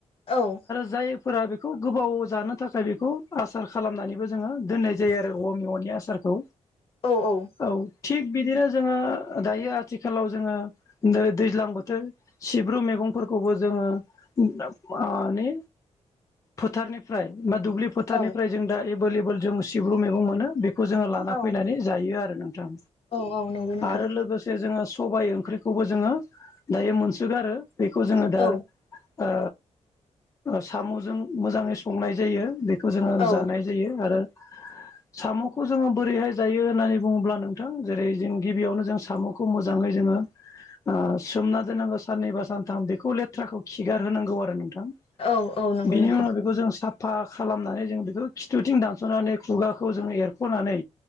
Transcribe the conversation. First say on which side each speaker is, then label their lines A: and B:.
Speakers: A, on the left; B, on the left.
A: औ
B: जायफोरा बेखौ गोबाव जानो थाखाय बेखौ आसार खालामनानैबो जोङो दोननाय जायो आरो औा मेव'नि आसारखौ
A: औ औ
B: औ थिग बिदिनो जोङो दायो आथिखालाव जोङो नै दैज्लां बोथोर सिब्रु मैगंफोरखौबो जोङो मानि फोथारनिफ्राय बा दुब्लि फोथारनिफ्राय
A: औ
B: जों दा एभोल एभोल जों सिब्रु मै मोनो बे खौ जोङो लाना
A: औ
B: फैनानै जायो आरो नोंथां
A: औ नंगौ नोंथां
B: आरो लोगोसे जोङो सबाय ओंख्रिखौबो जोङो दायो मोनसोगारो बेखौ जोङो
A: औ
B: दा ओ ओ साम'जों मोजाङै संनाय जायो बेखौ जोङो
A: औ
B: जानाय जायो आरो साम'खौ जोङो बोरैहाय जायो होननानै बुङोब्ला नोंथां जेरै जों गिबियावनो जों साम' खौ मोजाङै जोङो ओ सोमना दोनांगौ साननैबा सानथाम बेखौ लेथ्राखौ खिगार होनांगौ आरो नोंथां।
A: औ औ नंगौ
B: बिनि
A: नोंथां
B: उनाव बेखौ जों सा फा खालामनानै जों बेखौ खिथुथिं दानस'नानै खुगाखौ जोङो एरख'नानै